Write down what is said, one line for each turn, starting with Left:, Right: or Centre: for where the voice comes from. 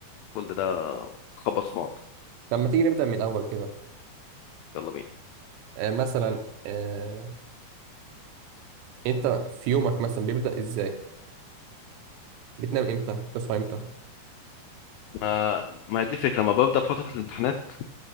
Left: كل ده خبط في بعض
Right: طب ما تيجي نبدأ من الأول كده
Left: يلا بينا
Right: آه مثلا آه أنت في يومك مثلا بيبدأ إزاي؟ بتنام إمتى؟ بتصحى إمتى؟
Left: ما ما هي دي الفكرة لما ببدأ في فترة الامتحانات